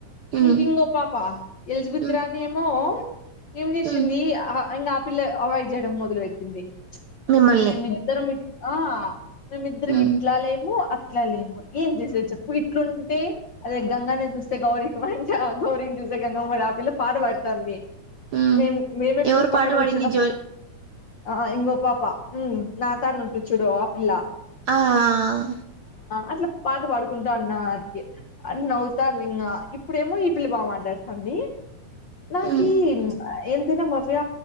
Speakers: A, on the left; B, on the right.
A: కింగ్
B: ఉమ్
A: కింగ్ గో పాపా ఎలిజిబత్
B: ఉమ్
A: రాణి ఏమో ఏం చేసింది
B: ఉమ్
A: ఆహ ఇంగ అప్ పిల్లే అవాయిడ్ జేయడం మొదలు వెట్టింది
B: మిమ్మల్ని
A: మేమిద్దరం ఇప్ ఆ మేమిద్దరం
B: ఉమ్
A: ఇట్లాలేము అట్ ఇట్లా లేను ఏం చేసే చెప్పు ఇట్లుంటే అదే గంగనే చూస్తే గౌరికి మంచిగా గౌరిని చూస్తే గంగ కూడా ఆపిల్ల పాట పడుతంది
B: ఉమ్
A: మే మే మేమే
B: ఎవరు
A: పోయి పక్కన
B: పాట పాడింది
A: కూర్చున్నాం
B: జో
A: ఆ ఇంగ పాపా హ్మ్ నా తా ఉంటి చూడు ఆ పిల్లా
B: ఆఆ
A: అట్లా పాట పాడుకుంటా అన్నా అది అని అవుతాను ఇంకా ఇప్పుడేమో ఈపిల్ల బాగా మాట్లాడతాన్ని నాకీ
B: ఉమ్
A: ప్చ్ ఏంతైనా మవ్య